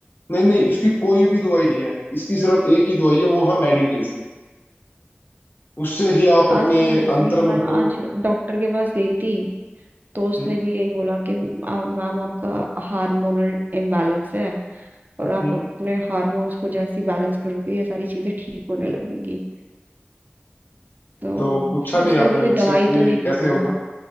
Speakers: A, on the left; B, on the right.
A: नहीं नहीं इसकी कोई भी दवाई नहीं है इसकी सिर्फ एक ही दवाई है वो है मेडिटेशन उससे ही आप
B: आज
A: अपने
B: सुनो तो सही
A: अंतर्मन
B: मैं
A: को
B: आज डॉक्टर के पास गई थी तो उसने
A: हम्म
B: भी यही बोला कि आ- मैम आपका हार्मोनल इम्बैलेंस है और आप
A: हम्म
B: अपने हार्मोन्स को जैसे बैलेंस करोगे ये सारी चीजें ठीक होने लगेंगी तो
A: तो पूछा नहीं
B: उसने
A: आपने
B: अभी कोई
A: उनसे
B: दवाई
A: कि
B: तो नहीं
A: कैसे
B: दी है
A: होगा